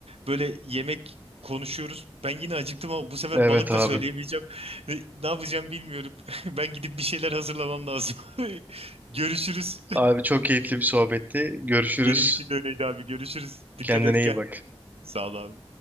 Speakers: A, on the right; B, on the right.
A: böyle yemek konuşuyoruz. Ben yine acıktım ama bu sefer
B: Evet
A: balık
B: abi.
A: da söyleyemeyeceğim. <laughs> Ne, ne yapacağım bilmiyorum. <laughs> Ben gidip bir şeyler hazırlamam lazım. <laughs> Görüşürüz.
B: Abi çok keyifli bir sohbetti. Görüşürüz.
A: Benim için de öyleydi abi. Görüşürüz. Dikkat
B: Kendine
A: et
B: iyi
A: kendine.
B: bak.
A: Sağ ol abi.